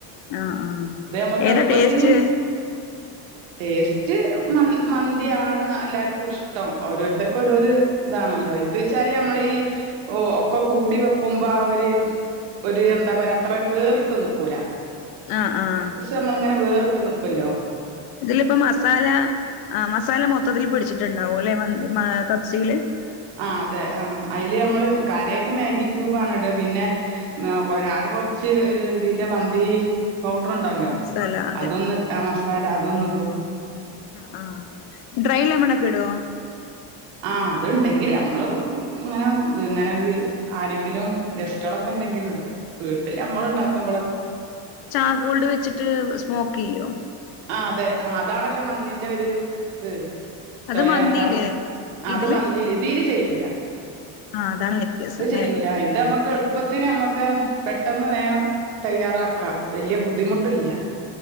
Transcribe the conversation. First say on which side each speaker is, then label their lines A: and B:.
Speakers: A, on the left; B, on the right.
A: ആഹ് ആഹ്.
B: ഇത് നമ്മക്ക്
A: ഏതാ
B: എളുപ്പത്തിന്
A: ടേസ്റ്റ്?
B: ടേസ്റ്റ് മന്തിയാണ് എല്ലാർക്കും ഇഷ് ഓരോര്ത്തർക്ക് ഓരോര് ഇതാണല്ലോ ഇത് വെച്ചാല് അമ്മള് ഈ ഓ ഒക്കെ കൂടി വെക്കുമ്പോ ആഹ് ഒര് ഒര് എന്താ പറയാ അത്രൊരു വേറിട്ട് നിക്കൂല.
A: ആഹ് ആഹ്.
B: അമ്മള്ങ്ങന വേറ്ട്ട് നിക്കുല്ലോ?
A: ഇതില്പ്പ മസാല ആഹ് മസാല മൊത്തത്തില് പിടിച്ച്ട്ട്ണ്ടാവും ലേ മന്തി മ കബ്സേല്.
B: ആഹ് അതെ ആ അയില് അമ്മള് കാര്യായിട്ട് മാഗി ക്യൂബാണ് ഇടാ പിന്നെ ഞാന് കൊറച്ച് ഒര് ഇതിന്റെ മന്തീ പൗഡറിണ്ടല്ലോ
A: മസാല അതെ
B: അതൊന്ന് മസാല അതൊന്ന്ടും.
A: ആഹ് ആഹ് ഡ്രൈ ലെമണൊക്കെ ഇടോ?
B: ആഹ് അത്ണ്ടെങ്കി അമ്മള് ഇങ്ങനെ ഇങ്ങനെ ആരെങ്കിലും ഗസ്റ്റേളൊക്കെണ്ടെങ്കില്ടും വീട്ട്ല് അമ്മള്ണ്ടാക്കുമ്പോഞൊക്കെ
A: ച്ചാകോൾഡ് വെച്ചിട്ട് സ്മോക്കെയ്യോ?
B: ആഹ് അതെ അതാണല്ലോ മന്തിന്റെ ഒര്ത്.
A: അത്
B: ചൊയാ
A: മന്തിയില്ലേ
B: അതാണല്ലോ ആഹ്
A: ഇതില്
B: അത് മന്തീല് ഇതീല് ചെയ്യൂല.
A: ആ അതാണ് വ്യത്യാസം
B: ഇത്
A: അല്ലേ
B: ചെയ്യൂല ഇത് മ്മക്ക് എളുപ്പ പ്പത്തിന് അമ്മക്ക് പെട്ടെന്ന് വേം തയ്യാറാക്കാം വല്ല്യ ബുദ്ധിമുട്ട്ല്ല്യ.